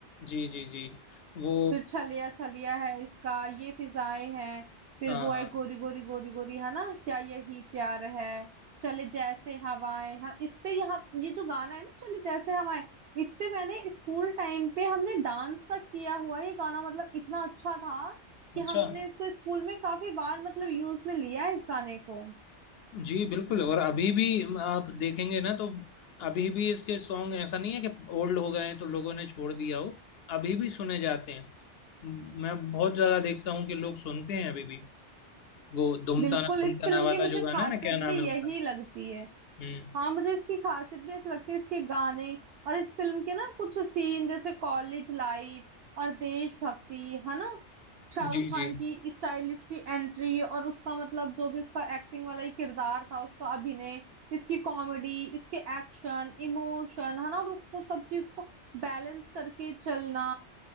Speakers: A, on the left; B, on the right.
A: जी जी जी वो
B: फिर छलिया छलिया है इसका ये फिजाएं हैं फिर
A: हाँ
B: वो है गोरी गोरी गोरी गोरी है ना क्या यही प्यार है चले जैसे हवाएं हाँ इस पे यहाँ ये जो गाना है ना चले जैसे हवाएं इस पे मैंने स्कूल टाइम पे हमने डांस तक किया हुआ है। ये गाना मतलब इतना अच्छा था कि
A: अच्छा
B: हमने इसको स्कूल में काफी बार मतलब यूज में लिया है इस गाने को
A: जी बिल्कुल और अभी भी आप देखेंगे ना तो अभी भी इसके सॉन्ग ऐसा नहीं है कि ओल्ड हो गए हैं तो लोगों ने छोड़ दिया हो अभी भी सुने जाते हैं मैं बहुत ज्यादा देखता हूँ कि लोग सुनते हैं अभी भी वो धूमताना
B: बिल्कुल
A: धूमताना
B: इस फिल्म
A: वाला
B: की मुझे
A: जो गाना
B: खासियत
A: है ना क्या नाम
B: भी
A: है
B: यही
A: उसका
B: लगती है
A: हम्म
B: हाँ मुझे इसकी खासियत भी ऐसी लगती है इसके गाने और इस फिल्म के ना कुछ सीन जैसे कॉलेज लाइफ और देशभक्ति है ना शाहरुख
A: जी
B: खान
A: जी
B: की स्टाइलिश सी एंट्री और उसका मतलब जो भी उसका एक्टिंग वाला ये किरदार था उसका अभिनय इसकी कॉमेडी इसके एक्शन इमोशन है ना और उसको सब चीज को बैलेंस करके चलना